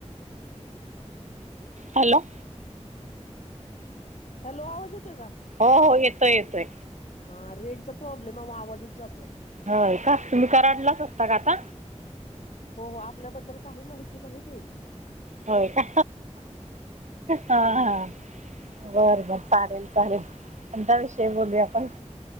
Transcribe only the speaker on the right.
Hello.
हो हो येतोय येतोय.
होय काय तुम्ही कराडलाच असता का आता?
होय का. हा हा बरं बर चालेल चालेल पण त्या विषयी बोलू आपण.